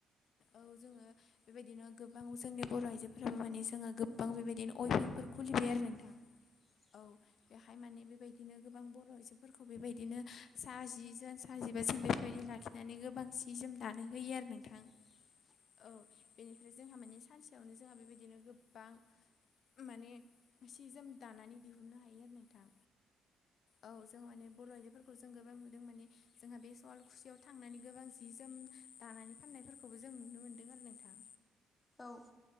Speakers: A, on the left; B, on the left.
A: औ जोङो बेबायदिनो गोबां जोंनि बर' आइजोफोराबो माने जोंहा गोबां बेबायदिनो अयभिंफोर खुलिबाय आरो नोंथां।
B: <inaudible>
A: औ बेहाय माने बेबायदिनो गोबां बर' आइजो फोरखौ बेबायदिनो सा जि जोन सा जिबासो बेफोरबायदि लाखिनानै गोबां सि जोम दानो होयो आरो नोंथां।
B: <inaudible>
A: औ बेनिफ्राय जोंहा मानि सानसेयावनो जोंहा बेबायदिनो गोबां माने सि जोम दानानै दिहुननो हायो आरो नोंथां औ जों माने बर' आइजोफोरखौ जों गोबां नुदों माने जोंहा बे सवालखुसियाव थांनानै गोबां जि जोम दानानै फाननायफोरखौबो जों नुनो मोनदों आरो नोंथां।
B: औ